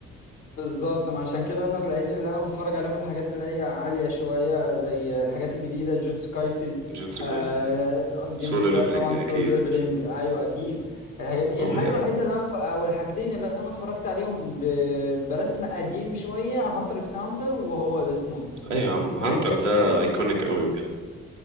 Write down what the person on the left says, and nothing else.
بالظبط ما عشان كده انا تلاقيني اللي انا بتفرج عليهم الحاجات اللي هي عالية شوية زي الحاجات الجديدة جوتسو كايسن
آه
ديمون
سلاير
طبعا
سول ليفلينج ايوه اكيد الحاجات دي
الحاجة الوحيدة اللي انا ف... او الحاجتين اللي انا اتفرجت عليهم ب... برسم قديم شوية هانتر اكس هانتر وهو ديس نوت